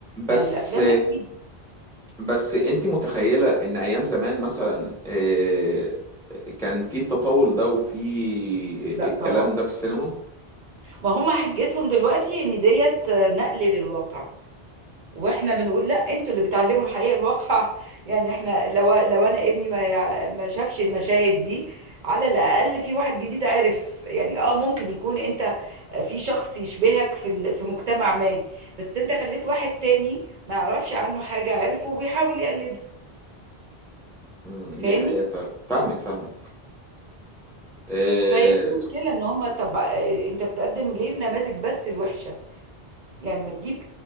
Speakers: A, in the centre; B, on the right.
A: بس
B: يعني الافلام اكيد
A: بس انت متخيلة ان ايام زمان مثلا آه، كان في التطاول ده وفي
B: لا
A: الكلام
B: طبعا
A: ده في السينما
B: ما هم حجتهم دلوقتي ان ديت نقل للواقع واحنا بنقول لا انتوا اللي بتعلموا الحقيقه الواقع <laughs> يعني احنا لو لو انا ابني ما يع- ما شافش المشاهد دي على الاقل في واحد جديد عرف يعني اه ممكن يكون انت في شخص يشبهك في ال- في مجتمع ما بس انت خليت واحد تاني ما يعرفش عنه حاجه عرفه وبيحاول يقلده
A: مم،
B: فاهمني
A: دي حقيقة فعلا فاهمك فاهمك أه
B: فهي دي المشكله ان هم طب آه، انت بتقدم ليه النماذج بس الوحشه يعني ما تجيب